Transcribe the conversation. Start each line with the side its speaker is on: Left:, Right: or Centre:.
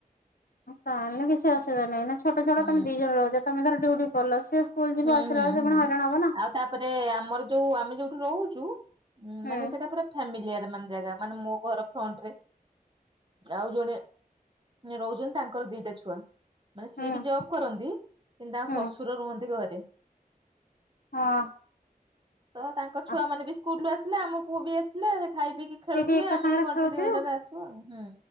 Left: ତାହେଲେ କିଛି ଅସୁବିଧା ନାଇ ନା, ଛୋଟ ଛୁଆଟା
Right: ହୁଁ
Left: ତମେ ଦି ଜଣ ରହୁଛ ତମେ ଧର ଡିଉଟି କଲୋ ସେ
Right: ହୁଁ ହୁଁ ହୁଁ
Left: ପୁଣି ହଇରାଣ ହବ ନା।
Right: ଆଉ ତାପରେ ଆମର ଯୋଉ ଆମେ ଯୋଉଠୁ ରହୁଛୁ, ଉଁ,
Left: ହୁଁ
Right: ମାନେ ସେଟା ପୁରା ଫେମିଲିଆର ମାନେ ଜାଗା ମାନେ ମୋ ଘର ଫ୍ରଣ୍ଟ ରେ ଆଉ ଜଣେ ନେ ରହୁଛନ୍ତି ତାଙ୍କର ଦିଟା ଛୁଆ। ମାନେ ସିଏ
Left: ହୁଁ
Right: ବି ଜବ୍ କରନ୍ତି, କିନ୍ତୁ ତାଙ୍କ
Left: ହୁଁ
Right: ଶଶୁର ରୁହନ୍ତି ଘରେ।
Left: ହଁ।
Right: ତ ତାଙ୍କ ଛୁଆ
Left: ଆସ
Right: ମାନେ ବି ସ୍କୁଲ୍ ରୁୁ ଆସିଲେ, ଆମ ପୁଅ ବି ଆସିଲା ସେ ଖାଇ ପିଇକି ଖେଳୁଥିବେ
Left: ସେଇଠି ଏକା
Right: ଆମେ
Left: ସାଙ୍ଗରେ
Right: ଏ ଘଣ୍ଟେ
Left: ଖେଳୁଥିବେ
Right: ଦି ଘଣ୍ଟାରେ ଆସୁ ଆଉ ହୁଁ,